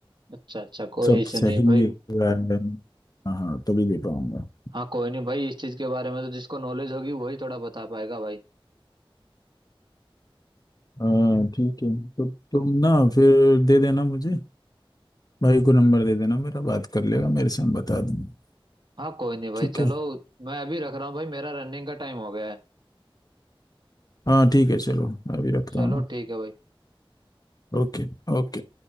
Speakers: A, on the right; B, on the left.
A: अच्छा अच्छा कोई
B: सब
A: इशू नहीं
B: सही
A: है भाई
B: हुआ है हाँ हाँ तभी दे पाऊंगा
A: हाँ कोई नहीं भाई इस चीज के बारे में तो जिसको नॉलेज होगी वही थोड़ा बता पाएगा भाई
B: हाँ ठीक है तो तुम ना फिर दे देना मुझे भाई को नंबर दे देना मेरा बात कर लेगा मेरे से मैं बता दूंगा
A: हाँ कोई नहीं भाई
B: ठीक
A: चलो
B: है
A: मैं अभी रख रहा हूँ भाई मेरा रनिंग का टाइम हो गया है
B: हाँ ठीक है चलो अभी रखता
A: चलो
B: हूँ ना
A: ठीक है भाई
B: ओके ओके